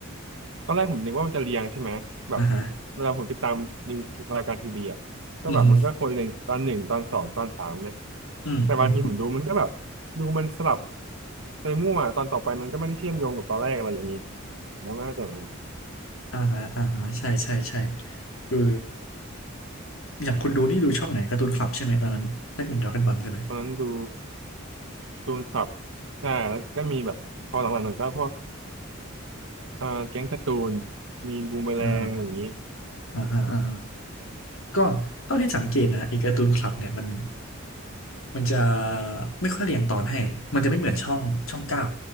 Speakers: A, on the right; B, on the left.
A: ตอนแรกผมนึกว่ามันจะเรียงใช่ไหมแบบ
B: อ่าฮะ
A: เวลาผมติดตามนิวรายการทีวีอ่ะก็แบบมันก็คนเรียงตอนหนึ่งตอนสองตอนสามเนี่ย
B: อือฮึอืมอืม
A: แต่บางทีผมดูมันก็แบบดูมันสลับไปมั่วตอนต่อไปมันก็ไม่ได้เชื่อมโยงกับตอนแรกอะไรอย่างนี้แล้วไม่เข้าใจเหมือนกัน
B: อ่าฮะอ่าฮะใช่ใช่ใช่คืออย่างคุณดูนี่ดูช่องไหนการ์ตูนคลับใช่ไหมตอนนั้นแรกเป็นดราก้อนบอลใช่ไหม
A: ตอนนั้นดูตูนคลับใช่แล้วก็มีแบบพอหลังๆหน่อยก็พวกเอ่อแก๊งการ์ตูนมีบูมเมอแรงอะไรอย่างนี้
B: อ่าอ่าฮะอ่าฮะก็เท่าที่สังเกตนะไอ้การ์ตูนคลับเนี่ยมันมันจะไม่ค่อยเรียงตอนให้มันจะไม่เหมือนช่องช่องเก้า